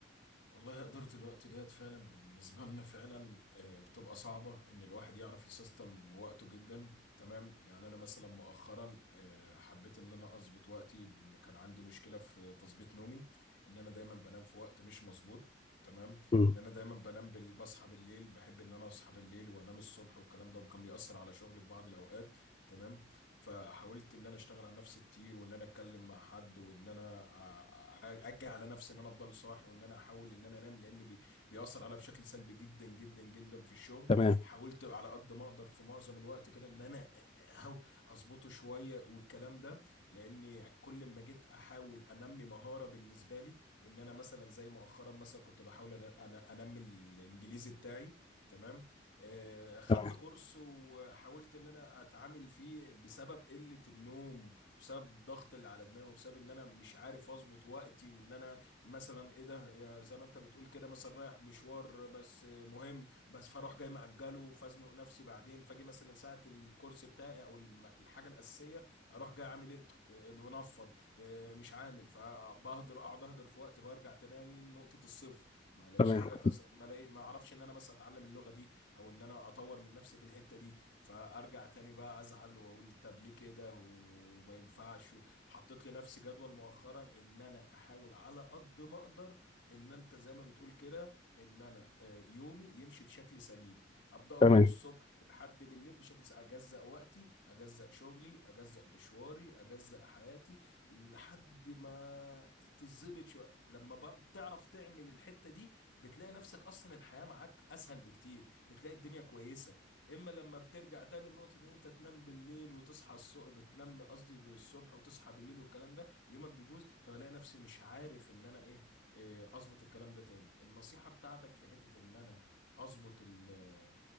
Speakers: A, on the left (about 85°); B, on the left (about 30°).
A: والله إدارة الوقت ديت فعلا بالنسبة لنا فعلا آه، بتبقى صعبة إن الواحد يعرف يسيستم وقته جدا تمام يعني أنا مثلا مؤخرا آه، حبيت إن أنا أظبط وقتي بإن كان عندي مشكلة في تظبيط نومي إن أنا دايما بنام في وقت مش مظبوط تمام
B: مم.
A: إن أنا دايما بنام بال... بصحى بالليل بحب إن أنا أصحى بالليل وأنام الصبح والكلام ده وكان بيأثر على شغلي في بعض الأوقات تمام فحاولت ان انا اشتغل على نفسي كتير وان انا اتكلم مع حد وان انا أ- أ- اجي على نفسي ان انا افضل صاحي وان انا احاول ان انا انام لان بي بيأثر عليا بشكل سلبي جدا جدا جدا في الشغل
B: تمام
A: حاولت على قد ما اقدر في معظم الوقت كده ان انا اهو اظبطه شويه والكلام ده لاني كل ما جيت احاول انمي مهاره بالنسبه لي ان انا مثلا زي مؤخرا مثلا كنت بحاول أنا أنا- انمي الانجليزي بتاعي تمام آه، خدت
B: تمام
A: كورس وحاولت ان انا اتعامل فيه بسبب قلة النوم وبسبب الضغط اللي على دماغي وبسبب ان انا مش عارف اظبط وقتي وان انا مثلا ايه ده يا زي ما انت بتقول كده مثلا رايح مشوار بس آه، مهم بس فاروح جاي مأجله فازنق نفسي بعدين فاجي مثلا ساعة الكورس بتاعي او الم- الحاجة الأساسية اروح جاي عامل ايه آه، بنفض آه، مش عامل فبهدر اقعد اهدر في وقت فارجع تاني نقطة الصفر ما الاقيش
B: تمام
A: حاجة تس... ما الاقي ما اعرفش ان انا مثلا اتعلم اللغة دي او ان انا اطور من نفسي في الحتة دي فارجع تاني بقى ازعل واقول طب ليه كده وما ينفعش حطيت لنفسي جدول مؤخرا ان انا احاول على قد ما اقدر ان انت زي ما بتقول كده ان انا آه، يومي يمشي بشكل سليم ابداه
B: تمام
A: من الصبح لحد بالليل بشكل سليم. اجزأ وقتي اجزأ شغلي اجزأ مشواري اجزأ حياتي لحد ما تظبط شويه لما بقى بتعرف تعمل الحته دي بتلاقي نفسك اصلا الحياه معاك اسهل بكتير بتلاقي الدنيا كويسه اما لما بترجع تاني لنقطه ان انت تنام بالليل وتصحى الصبح بتنام قصدي الصبح وتصحى بالليل والكلام ده يومك بيبوظ فبلاقي نفسي مش عارف ان انا ايه إيه، اظبط الكلام ده تاني النصيحه بتاعتك في حته ان انا اظبط ال- آه،